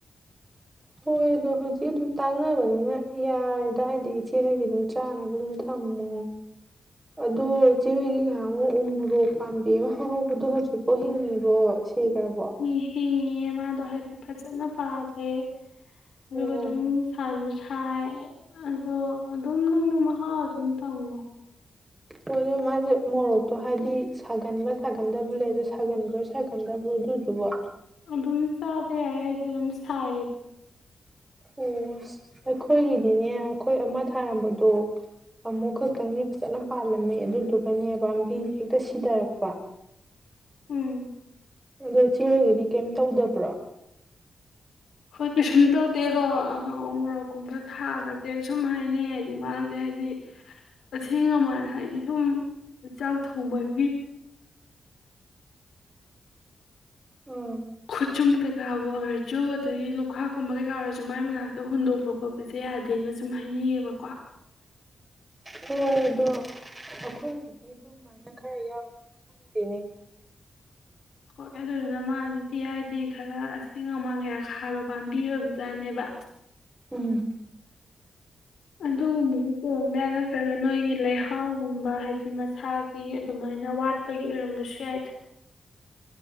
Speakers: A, on the right; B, on the left.
A: ꯍꯣꯏ ꯑꯗꯣ ꯍꯧꯖꯤꯛ ꯑꯗꯨꯝ ꯇꯥꯛꯅꯕꯅꯤꯅ ꯌꯥꯔꯦꯗ ꯍꯥꯏꯗꯤ ꯏꯆꯦꯍꯣꯏꯒꯤ ꯑꯗꯨꯝ ꯆꯥꯅꯕ ꯑꯗꯨꯝ ꯊꯝꯃꯣ ꯑꯗꯣ ꯏꯆꯦꯍꯣꯏꯒꯤ ꯉꯥꯏꯍꯥꯛ ꯑꯃꯨꯛ ꯎ ꯃꯣꯔꯣꯛ ꯄꯥꯝꯕꯤ ꯑꯃ ꯍꯧꯕꯗꯣ ꯍꯧꯖꯤꯛꯐꯥꯎ ꯍꯤꯡꯉꯤꯕꯣ ꯁꯤꯈ꯭ꯔꯕꯣ
B: ꯃꯤ ꯍꯤꯡꯉꯤꯌ‌ꯦ ꯃꯥꯗ‌ꯣ ꯍꯥꯏꯗꯤ ꯐꯖꯟꯅ ꯄꯥꯜꯂꯦ ꯑꯗꯨꯒ
A: ꯑꯣ
B: ꯑꯗꯨꯝ ꯁꯥ ꯁꯥꯏ ꯑꯗꯣ ꯑꯗꯨꯝ ꯅꯪꯗꯣ ꯃꯍꯥꯎ ꯑꯗꯨꯝ ꯇꯪꯉꯣ
A: ꯍ‌ꯣ ꯑꯗꯨꯝ ꯃꯣꯔꯣꯛꯇꯣ ꯍꯥꯏꯗꯤ ꯁꯥꯒꯟꯕ ꯁꯥꯒꯟꯗꯕ꯭ꯔ ꯂꯩ ꯑꯗꯣ ꯁꯥꯒꯟꯕ꯭ꯔꯥ ꯁꯥꯒꯟꯗꯕ꯭ꯔꯣ ꯑꯗꯨꯗꯨꯕꯣ
B: ꯑꯗꯨꯝ ꯆꯥꯕ ꯌꯥꯏ ꯍꯥꯏꯗꯤ ꯑꯗꯨꯝ ꯁꯥꯏꯌꯦ
A: ꯑꯣ ꯑꯩꯈꯣꯏꯒꯤꯗꯤꯅꯦ ꯑꯩꯈꯣꯏ ꯑꯃ ꯊꯥꯔꯝꯕꯗꯣ ꯑꯃꯨꯛ ꯈꯛꯇꯪꯗꯤ ꯐꯖꯅ ꯄꯥꯜꯂꯝꯃꯦ ꯑꯗꯨꯗꯨꯒꯅꯦ ꯄꯥꯝꯕꯤꯦ ꯍꯦꯛꯇ ꯁꯤꯊꯔꯛꯄ
B: ꯎꯝ
A: ꯑꯗꯣ ꯏꯆꯦꯒꯤꯗꯤ ꯀꯩꯝ ꯇꯧꯗꯕ꯭ꯔꯥ
B: ꯍꯣꯏ ꯀꯩꯁꯨꯝ ꯇꯧꯗꯦ ꯑꯗꯣ ꯎꯝ ꯎꯃꯣꯔꯣꯛꯀꯨꯝꯕ ꯊꯥꯕꯁꯦ ꯁꯨꯝ ꯍꯥꯏꯅꯩ ꯍꯥꯏꯗꯤ ꯃꯥꯁꯦ ꯍꯥꯏꯗꯤ ꯑꯁꯦꯡ ꯑꯃ ꯍꯥꯏꯗꯤ ꯁꯨꯝ ꯆꯥꯛ ꯊꯣꯡꯕꯒꯤ
A: ꯎꯝ
B: ꯈꯨꯠꯆꯨꯝ ꯀꯩꯀꯥꯕꯨ ꯑꯣꯏꯔꯁꯨ ꯑꯗꯒꯤ ꯂꯨꯈꯥꯛꯀꯨꯝꯕ ꯀꯩꯀꯥ ꯑꯣꯏꯔ ꯑ ꯃꯥꯏ ꯃꯅꯥꯛꯇ ꯍꯨꯟꯗꯣꯛꯄ ꯈꯣꯠꯄꯁꯦ ꯌꯥꯗꯦꯅ ꯁꯨꯝ ꯍꯥꯏꯅꯩꯌꯦꯕꯀꯣ
A: ꯍꯣꯏ ꯑꯗꯣ ꯑꯩꯈꯣꯏꯒꯤꯗꯤ ꯑꯗꯨꯝꯃꯥꯏꯅ ꯈꯔ ꯌꯥꯎꯔꯕ ꯈꯪꯗꯦꯅꯦ
B: ꯍꯣꯏ ꯑꯗꯨꯗꯨꯅ ꯃꯥꯁꯤꯗꯤ ꯍꯥꯏꯗꯤ ꯈꯔ ꯑꯁꯦꯡ ꯑꯃꯥꯟ ꯀꯌꯥ ꯈꯥꯏꯕ ꯄꯥꯝꯕꯤ ꯑꯣꯏꯕꯖꯥꯠꯅꯦꯕ
A: ꯎꯝ
B: ꯑꯗꯨꯒꯨꯝꯕꯒꯤ ꯁꯨ ꯑꯣꯏꯔꯝꯕ ꯌꯥꯏ ꯅꯠꯇ꯭ꯔꯒ ꯅꯣꯏꯒꯤ ꯂꯩꯍꯥꯎꯒꯨꯝꯕ ꯍꯥꯏꯗꯤ ꯃꯁꯥꯒꯤ ꯑꯗꯨꯃꯥꯏꯅ ꯋꯥꯠꯄꯒꯤ ꯑꯣꯏꯔꯝꯕꯁꯨ ꯌꯥꯏꯗ